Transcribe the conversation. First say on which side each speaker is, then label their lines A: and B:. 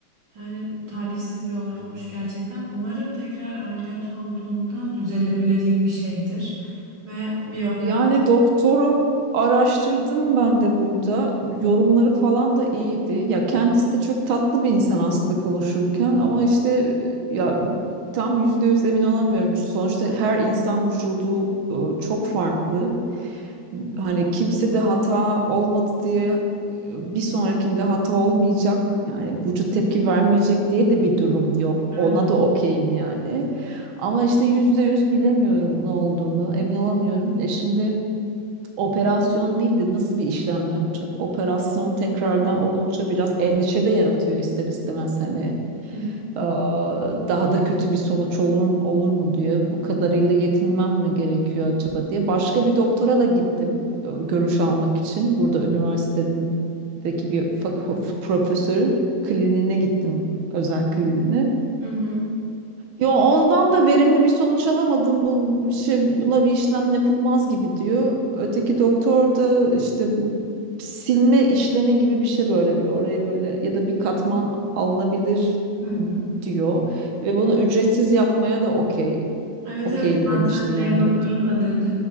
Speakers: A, on the right (about 65°); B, on the right (about 85°).
A: Yani talihsiz bir olay olmuş gerçekten. Umarım tekrar ameliyat olduğunda düzelebilecek bir şeydir. Ve bir operasyon.
B: Yani doktoru araştırdım ben de burada. Yorumları falan da iyiydi. Ya kendisi de çok tatlı bir insan aslında konuşurken ama işte e, ya tam yüzde yüz emin olamıyorum. Sonuçta her insan vücudu e, çok farklı.
A: <laughs>
B: hani
A: Hı
B: kimse de hata olmadı diye e, bir sonrakinde hata olmayacak yani vücut
A: hı.
B: tepki vermeyecek diye de bir durum yok.
A: Evet.
B: Ona da okeyim yani. Ama işte yüzde yüz bilemiyorum ne olduğunu emin olamıyorum. E şimdi operasyon değil de nasıl bir işlem yapacak? Operasyon tekrardan olunca biraz endişe de yaratıyor ister istemez hani.
A: Hı hı.
B: Ee, daha da kötü bir sonuç olur, olur mu diye bu kadarıyla yetinmem mi gerekiyor acaba diye başka bir doktora da gittim e, görüş almak için burada üniversitedeki bir fak- profesörün kliniğine gittim özel kliniğine
A: Hı hı.
B: Yo ondan da verimli bir sonuç alamadım. Bu bir şey buna bir işlem yapılmaz gibi diyor. Öteki doktor da işte bu silme işlemi gibi bir şey böyle bir oraya böyle ya da bir katman alınabilir
A: Hı hı.
B: diyor. Ve bunu ücretsiz yapmaya da okey
A: Evet
B: okeyim
A: evet zaten
B: demişti yani
A: benim doktorum
B: doktor.
A: da dedi